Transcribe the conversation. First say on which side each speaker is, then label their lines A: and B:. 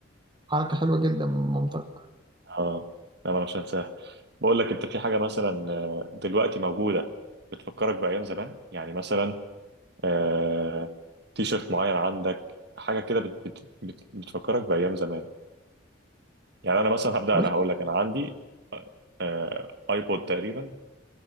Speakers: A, on the right; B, on the right.
A: حركة حلوة جدا من مامتك
B: اه لا انا مش هنساها بقول لك انت في حاجه مثلا آه، دلوقتي موجوده بتفكرك بايام زمان يعني مثلا آه، تيشرت معين عندك حاجه كده بت بت بت بتفكرك بايام زمان يعني انا مثلا هبدا
A: بص
B: انا هقول لك انا عندي آه، ايبود تقريبا